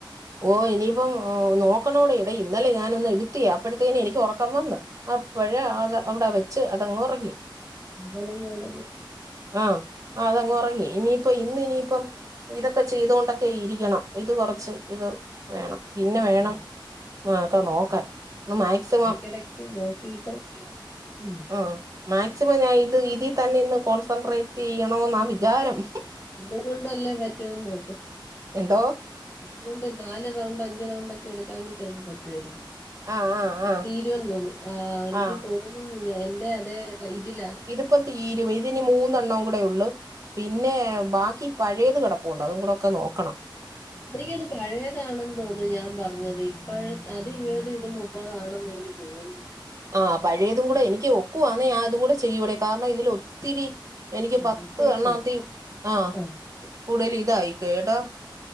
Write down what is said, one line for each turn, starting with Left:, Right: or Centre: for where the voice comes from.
Right: ഓ ഇനിയിപ്പം നോക്കണോടി ഇടെ ഇന്നലെ ഞാനൊന്ന് എടുത്തി. അപ്പഴതേനും എനിക്ക് ഉറക്കം വന്ന്. അപ്പഴ അ അവിട വെച്ച് അതങ്ങ് ഉറങ്ങി.
Left: അതെല്ലാം വേണന്ന്
Right: ആ ആ അതങ്ങ് ഉറങ്ങി. ഇനിയിപ്പം ഇന്ന് ഇനിയിപ്പം ഇതൊക്കെ ചെയ്തുകൊണ്ടൊക്കെ ഇരിക്കണം. ഇത് കൊറച്ച് ഇത്. വേണം പിന്നെ വേണം
Left: ആഹ്
Right: ഒക്കെ നോക്കാൻ ഒന്ന് മാക്സിമം.
Left: ടക്ക് നോക്ക <unintelligible> ഉം
Right: ആ മാക്സിമം ഞാൻ ഇത് ഇതിൽ തന്നെ ഇന്ന് കോൺസെൻട്രേറ്റ് ചെയ്യണോന്ന വിചാരം.
Left: ഇന്ന് കൊണ്ടല്ലേ പറ്റോന്ന് നോക്ക്.
Right: എന്തോ
Left: അതുകൊണ്ട് നാല് റൗണ്ട് അഞ്ച് റൗണ്ട് ഒക്കെ എടുക്കാങ്കിൽ ചെലപ്പം പറ്റുവായിരിക്കും.
Right: ആഹ് ആഹ് ആഹ്
Left: തീരുമെന്ന് തോന്നുന്നു ആ എനിക്ക്
Right: ആഹ്
Left: തോന്നുന്നു. എൻന്റെ അതേ ഇതിലാ.
Right: ഇപ്പം തീരും ഇതിനി മൂന്നെണ്ണം കൂടെയള്ളൂ. പിന്നെ ബാക്കി പഴയത് കടപ്പുണ്ട് അതും കൂടെക്കെ നോക്കണം.
Left: എനിക്കൊന്ന് പഴയതാണെന്ന് തോന്നുന്നു. ഞാൻ പറഞ്ഞത് ഇപ്പഴ അത് ഇരുപത്. ഇത് മു മുപ്പതാണെന്ന് എനിക്ക് തോന്നുന്നു.
Right: ആ പഴയതും കൂടെ എനിക്ക് ഒക്കുവാന്നേ ഞാൻ അതും കൂടെ ചെയ്യൂടി. കാരണം ഇതിൽ ഒത്തിരി. എനിക്ക്
Left: ആഹ്
Right: പത്ത്
Left: മിസ്റ്റേക്ക്
Right: എണ്ണാത്തി
Left: പറ്റി
Right: ആ
Left: ആഹ്
Right: കൂടുതൽ ഇതായിക്ക ട്ടാ